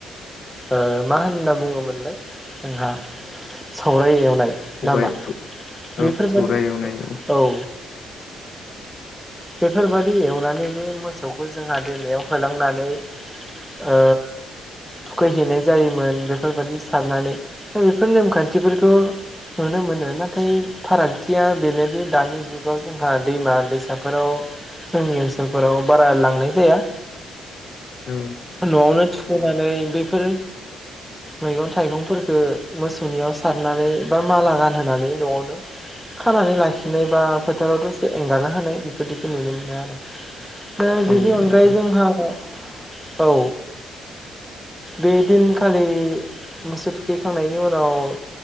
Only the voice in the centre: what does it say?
ओक्षमा होनना बुङोमोनलाय जोंहा सावराय एवनाय
नामा
बेफोरबायदि
औ बेफोरबायादि एवनानै बे मोसौखौ जोंहा दैमायाव होलांनानै ओ थुखैहैनाय जायोमोन बेफोरबायदि साननानै दा बेफोर नेम खान्थिफोरखौ नुनो मोनो नाथाय फारागथिया बेनोदि दानि जुगाव जोंहा दैमा दैसा बेफोराव जोंनि ओनसोलफोराव बारा लांनाय जाया
न'आवनो थुखैनानै बेफोर मैगं थाइगंफोरखो मोसौनियाव सारनानै बा माला गानहोनानै न'आवनो खानानै लाखिनो बा फोथाराव दसे एंगारना होनाय बे बिदिखौ नुनो मोनो आरो दा
बिनि
अनगायै जोंहा औ बे दिनखालि मोसौ थुखैखांनायनि उनाव